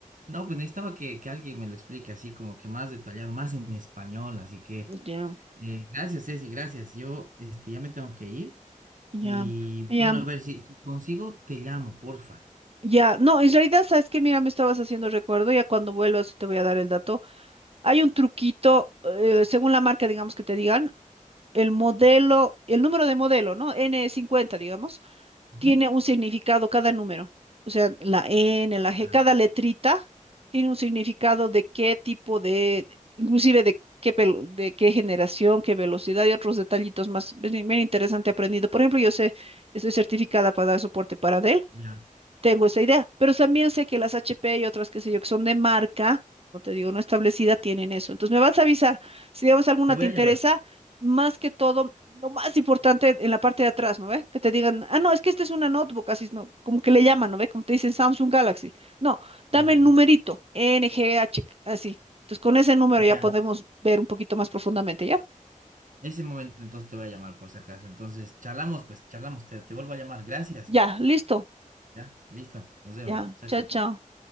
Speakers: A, on the right (about 70°); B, on the right (about 45°).
A: no, pues necesitaba que, que alguien me lo explique así como que más detallado, más en español, así que
B: Ya,
A: eh, gracias, Ceci, gracias. Yo este, ya me tengo que ir
B: ya,
A: y
B: ya,
A: bueno, a ver, si, si consigo, te llamo, porfa.
B: ya. No, en realidad, ¿sabes que Mira, me estabas haciendo recuerdo, ya cuando vuelvas te voy a dar el dato. Hay un truquito, eh, según la marca, digamos que te digan, el modelo, el número de modelo, ¿no? N50, digamos.
A: Ujú.
B: tiene un significado cada número. O sea, la N, la G,
A: Ah,
B: cada letrita tiene un significado de qué tipo de, inclusive de qué, pel- de qué generación, qué velocidad y otros detallitos más. Es Bien, bien interesante aprendido. Por ejemplo, yo sé, estoy certificada para dar soporte para Dell
A: Ya,
B: tengo esa idea, pero también sé que las HP y otras, qué sé yo, que son de marca, como te digo, no establecida, tienen eso. Entonces me vas a avisar si digamos alguna
A: te voy
B: te
A: a
B: interesa,
A: llamar.
B: más que todo, lo más importante en la parte de atrás, ¿no ve? Que te digan, ah, no, es que esta es una notebook, así, ¿no? Como que le llaman, ¿no ve? Como te dicen Samsung Galaxy. No, dame
A: Ya,
B: el numerito, NGH, así. Entonces con ese número ya
A: ya.
B: podemos ver un poquito más profundamente, ¿ya?
A: ese momento entonces te voy a llamar por si acaso. Entonces, charlamos, pues charlamos, te, te vuelvo a llamar. Gracias.
B: Ya, listo.
A: Ya, listo, nos vemos.
B: Ya,
A: Chao,
B: chao,
A: chao.
B: chao.